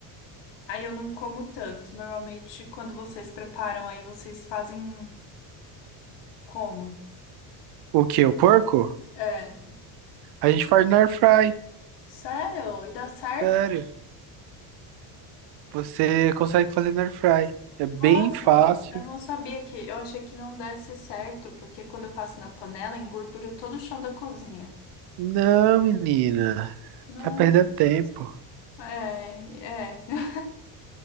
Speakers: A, on the left; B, on the right.
A: aí eu não como tanto. Normalmente, quando vocês preparam, aí vocês fazem como?
B: O que? O porco?
A: É.
B: A gente faz na air fry.
A: Sério? E dá certo?
B: Sério. Você consegue fazer na air fry. É bem
A: Nossa,
B: fácil.
A: eu não sabia que. Eu achei que não desse certo, porque quando eu faço na panela, engordura todo o chão da cozinha.
B: Não, menina.
A: Não,
B: Tá perdendo tempo.
A: é, é. <laughs>